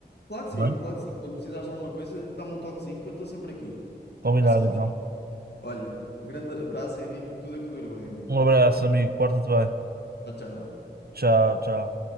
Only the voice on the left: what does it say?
Claro que
sim,
claro que sim. Quando precisares de alguma coisa, dá-me um toquezinho que eu estou sempre aqui.
Já sabes.
Olha, um grande abraço, Henrique, e tudo a correr bem, amigo.
Tchau, tchau.